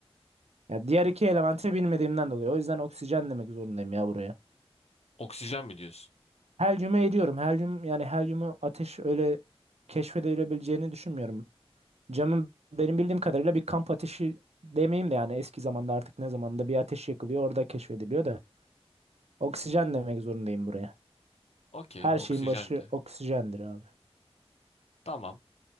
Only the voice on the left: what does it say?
Oksijen mi diyorsun?
Okey,
oksijendi.
Tamam.